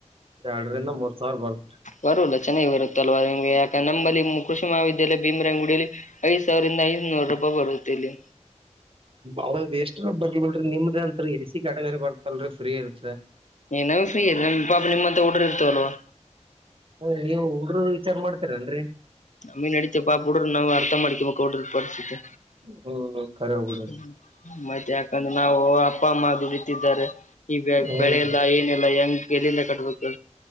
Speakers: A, on the right; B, on the left.
A: ಎರಡರಿಂದ ಮೂರ ಸಾವಿರ ಬರ್ತ್ರ
B: ಬರಲ್ಲ ಚೆನ್ನಾಗಿ ಬರುತ್ತಲ್ವಾ ನಿಮ್ಗೆ ಯಾಕೆ ನಂಬಲ್ಲಿ ಕೃಷಿ ಮಹಾವಿದ್ಯಾಲಯ ಭೀಮರಾಯಗುಡಿಯಲ್ಲಿ ಐದ ಸಾವಿರದಿಂದ ಐದ್ನೂರು ರೂಪಾಯಿ ಬರುತ್ತ ಇಲ್ಲಿ
A: ಅವದ ಎಷ್ಟರು ಬರ್ಲಿ ಬಿಡ್ರಿ ನಿಮ್ದ ಅಂತ ಎ ಸಿ ಕ್ಯಾಟಗರಿ ಬರ್ತಲರಿ ಫ್ರೀ ಇರ್ತ
B: ಏನ ಫ್ರೀ ಇದೆ ಪಾಪ ನಿಮ್ಮತ್ತ ಹುಡರ ಇರ್ತಾ ಅಲ್ವಾ.
A: ಓ ನೀವು ಹುಡುಗರು ವಿಚಾರ ಮಾಡ್ತೀರಲ್ರರಿ
B: ನಮ್ಮಿ ನಡಿತೆ ಪಾಪ ಬಿಡ್ರ ನಾವು ಅರ್ಥ ಮಾಡಕಂಬಬೇಕ್ ಡ್ರ ಪರಿಸ್ಥಿತಿ.
A: ಹು ಹೂ ಕರೆ ಬಿಡ
B: ಹ್ಮ ಮತ್ತ್ ಯಾಕಂದ್ರೆ ನಾವು ಅಪ್ಪ ಅಮ್ಮಾ ದುಡಿತ್ತಿದ್ದಾರೆ ಈಗ
A: ಹ್ಮ್
B: ಬೆಳೆ ಇಲ್ಲ ಏನ ಇಲ್ಲಾ ಹೆಂಗ್ ಎಲ್ಲಿಂದ ಕಟ್ಟಬೇಕು